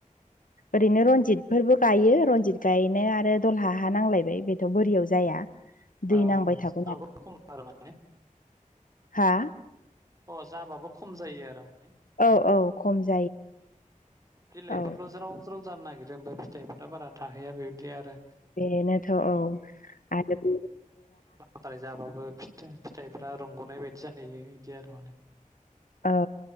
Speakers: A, on the left; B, on the right.
A: ओरैनो रनजितफोरबो गायो रनजित गायनो आरो दलहा हा नांलायबाय बेथ' बोरियाव जाया दै
B: औ
A: नांबाय
B: <unintelligible>
A: थागौ नालाय
B: खम आरो मा
A: हा
B: अ जाबाबो खम जायो आरो माने
A: औ औ खम जायो।
B: गायफोरल'
A: औ
B: जेराव <inaudible> पट्रल जानो नागिरो ओमफाय फिथाइफोरा बारा थाहैया बिबायदि आरो।
A: बेनोथ' औ आरो
B: द्राय जाबाबो फिथाइ फिथाइफ्रा रंग'नाय बायदि जाहैयो इदि आरो माने।
A: औ